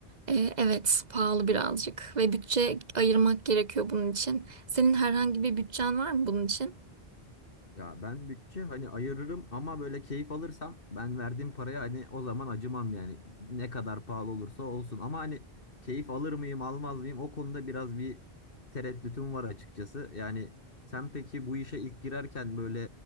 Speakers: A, on the right (about 45°); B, on the left (about 60°).
A: e, evet pahalı birazcık ve bütçe ayırmak gerekiyor bunun için. Senin herhangi bir bütçen var mı bunun için?
B: Ya ben bütçe hani ayırırım ama böyle keyif alırsam ben verdiğim paraya hani o zaman acımam yani ne kadar pahalı olursa olsun ama hani keyif alır mıyım almaz mıyım o konuda biraz bir tereddütüm var açıkçası. Yani sen peki bu işe ilk girerken böyle